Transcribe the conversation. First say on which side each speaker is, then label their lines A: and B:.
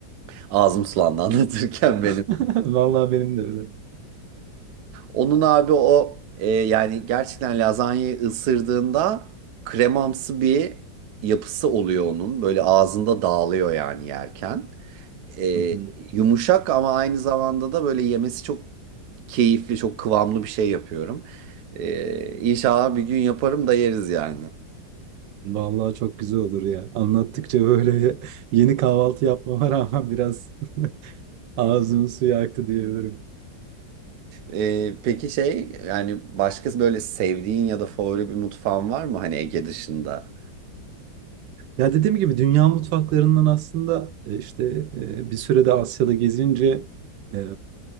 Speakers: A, on the right (about 65°); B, on the right (about 80°).
A: Ağzım sulandı <laughs> anlatırken
B: <laughs>
A: benim.
B: Vallahi benim de öyle.
A: Onun abi o e, yani gerçekten lazanyayı ısırdığında kremamsı bir yapısı oluyor onun. Böyle ağzında dağılıyor yani yerken. E,
B: Hı hı.
A: yumuşak ama aynı zamanda da böyle yemesi çok keyifli, çok kıvamlı bir şey yapıyorum. E, İnşallah bir gün yaparım da yeriz yani.
B: Vallahi çok güzel olur ya. Anlattıkça böyle bir- yeni kahvaltı yapmama rağmen biraz <laughs> ağzımın suyu aktı diyebilirim.
A: Ee, peki şey yani başka böyle sevdiğin ya da favori bir mutfağın var mı hani Ege dışında?
B: Ya dediğim gibi dünya mutfaklarından aslında e, işte e, bir sürede Asya'da gezince e,